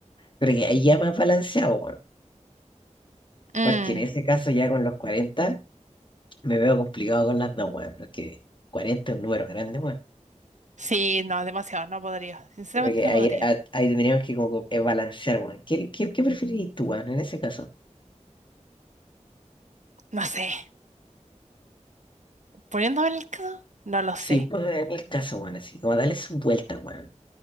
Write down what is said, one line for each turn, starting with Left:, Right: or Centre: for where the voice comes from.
Left: Pero que ahí ya más balanceado, weón.
Right: Mm,
Left: Porque en ese caso ya con los 40 me veo complicado con las dos, weón. Porque 40 es un número grande,
Right: sí, no, demasiado, no podría. Sinceramente
Left: Creo que
Right: no
Left: ahí,
Right: podría.
Left: a- ahí tendríamos que como que, eh, balancear, weón. ¿Qué, qué, qué preferirías tú, weón, en ese caso?
Right: No sé. Poniéndome en el caso, no lo sé.
Left: Sí, pues en el caso, weón, así, como darle su vuelta, weón.